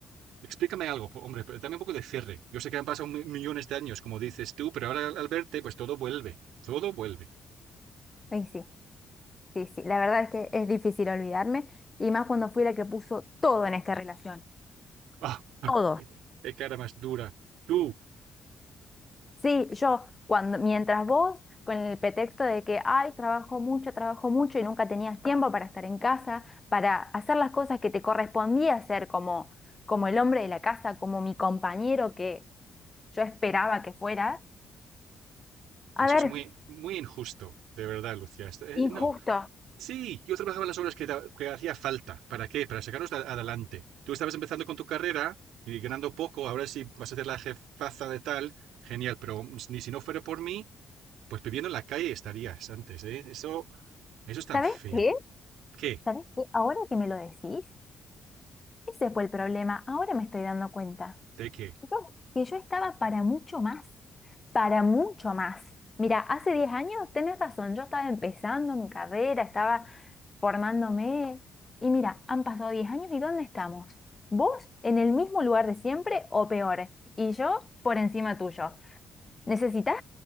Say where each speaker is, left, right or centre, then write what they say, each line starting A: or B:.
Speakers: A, on the right (about 75°); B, on the left (about 30°).
A: Explícame algo, po- hombre, pero dame un poco de cierre. Yo sé que han pasado mi- millones de años, como dices tú, pero ahora al al verte, pues todo vuelve. Todo vuelve.
B: Y sí, sí, sí, la verdad es que es difícil olvidarme y más cuando fui la que puso todo en esta relación,
A: ¡Ah!
B: todo.
A: ¡Qué cara más dura! Tú,
B: Sí, yo cuando mientras vos con el pretexto de que ay, trabajo mucho, trabajo mucho y nunca tenías tiempo para estar en casa, para hacer las cosas que te correspondía hacer como como el hombre de la casa, como mi compañero que yo esperaba que fuera. A
A: Eso
B: ver,
A: es muy, muy injusto, de verdad, Lucía. Esto- eh,
B: injusto.
A: no, sí, yo trabajaba las obras que, ta- que hacía falta. ¿Para qué? Para sacarnos a- adelante. Tú estabas empezando con tu carrera y ganando poco, ahora sí vas a ser la jefaza de tal, genial, pero ni si no fuera por mí, pues viviendo en la calle estarías antes, ¿eh? Eso, eso es tan
B: ¿Sabés
A: feo.
B: qué?
A: ¿Qué?
B: ¿Sabés qué? Ahora que me lo decís, ese fue el problema. Ahora me estoy dando cuenta.
A: ¿De qué?
B: Yo- que yo estaba para mucho más, para mucho más. Mira, hace 10 años, tenés razón, yo estaba empezando mi carrera, estaba formándome y mira, han pasado 10 años y ¿dónde estamos? ¿Vos en el mismo lugar de siempre o peor? Y yo por encima tuyo. ¿Necesitas,